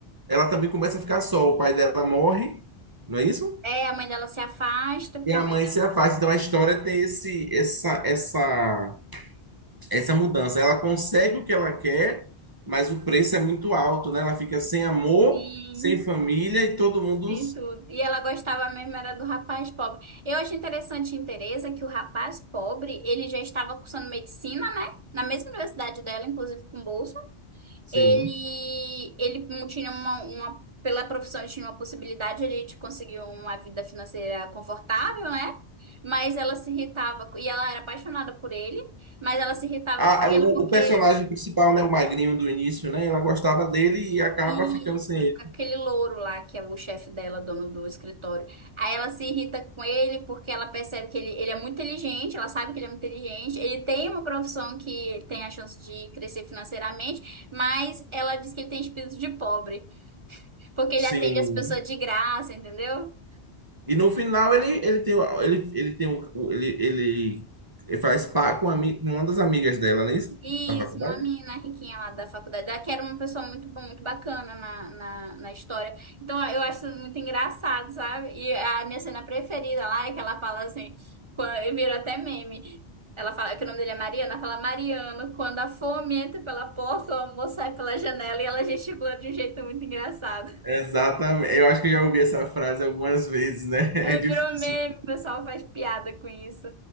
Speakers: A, on the right; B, on the right.
A: ela também começa a ficar só. O pai dela morre, não é isso?
B: É, a mãe dela se afasta porque
A: E a
B: a mãe
A: mãe
B: dela
A: se afasta. Então a história tem esse, essa, essa, essa mudança. Ela consegue o que ela quer, mas o preço é muito alto, né? Ela fica sem amor,
B: tem,
A: sem família e todo mundo.
B: tem tudo. E ela gostava mesmo era do rapaz pobre. Eu acho interessante em Teresa que o rapaz pobre, ele já estava cursando medicina, né? Na mesma universidade dela, inclusive com bolsa.
A: Sim.
B: Ele, ele tinha uma, uma, pela profissão, ele tinha uma possibilidade ali de conseguir uma vida financeira confortável, né? Mas ela se irritava, com- e ela era apaixonada por ele, mas ela se irritava
A: A-
B: com
A: a-
B: ele
A: o,
B: porque,
A: o personagem principal, né? O magrinho do início, né? Ela gostava dele e acaba
B: isso,
A: ficando sem ele.
B: com aquele louro lá, que é o chefe dela, dono do escritório. Aí ela se irrita com ele porque ela percebe que ele, ele é muito inteligente, ela sabe que ele é muito inteligente, ele tem uma profissão que tem a chance de crescer financeiramente, mas ela diz que ele tem espírito de pobre. Porque ele
A: Sim.
B: atende as pessoas de graça, entendeu?
A: E no final ele, ele tem, o- ele, ele tem o, o- ele, ele, ele faz par com, a, ami- com uma das amigas dela, não é isso?
B: Isso,
A: Da faculdade?
B: uma menina riquinha lá da faculdade, ela que era uma pessoa muito boa, muito bacana na, na, na história. Então eu acho isso muito engraçado, sabe? E a minha cena preferida lá é que ela fala assim, quando, vira até meme. Ela fala que o nome dele é Mariana, ela fala Mariano, quando a fome entra pela porta, o amor sai pela janela e ela gesticula de um jeito muito engraçado.
A: Exatamente. Eu acho que eu já ouvi essa frase algumas vezes, né? <laughs>
B: Aí
A: É difícil.
B: virou meme, o pessoal faz piada com isso.